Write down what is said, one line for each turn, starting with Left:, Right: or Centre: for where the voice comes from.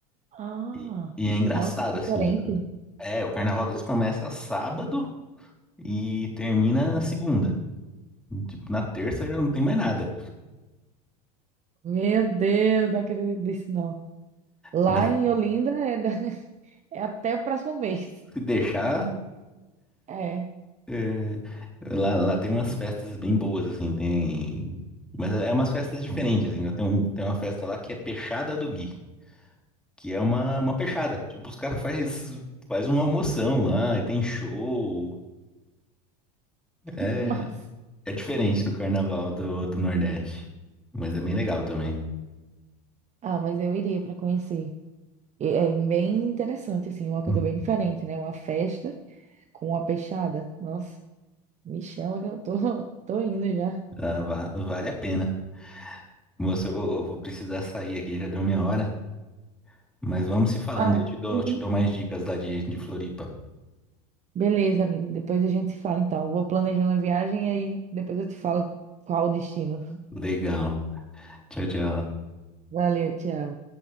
Right: Ah,
Centre: E, e é engraçado,
Right: nossa, que diferente.
Centre: assim. É, o carnaval deles começa sábado e termina segunda. Tipo, na terça já não tem mais nada.
Right: Meu Deus, não acredito nisso, não. Lá
Centre: Mas
Right: em Olinda é, da- <laughs> é até o próximo mês.
Centre: se deixar,
Right: É,
Centre: é, lá, lá tem umas festas bem boas, assim, tem. Mas é umas festas diferentes, assim. Tem, um, tem uma festa lá que é Peixada do Gui, que é uma, uma peixada. Tipo, os caras <laughs> faz, faz uma almoção lá e tem show. É,
Right: <laughs> mas...
Centre: é diferente do carnaval do, do Nordeste. Mas é bem legal também.
Right: Ah, mas eu iria para conhecer. E É bem interessante, assim, uma coisa
Centre: Hum.
Right: bem diferente, né? Uma festa com uma peixada. Nossa, me chama que eu tô, <laughs> tô indo já.
Centre: Ah, va- vale a pena. Moça, eu vou, eu vou precisar sair aqui, já deu minha hora. Mas vamos se falando,
Right: Ah,
Centre: eu te dou,
Right: uhum.
Centre: te dou mais dicas lá de, de Floripa.
Right: beleza, amigo. Depois a gente se fala, então. Vou planejando a viagem e aí depois eu te falo qual o destino.
Centre: Legal. Tchau, tchau.
Right: Valeu, tchau.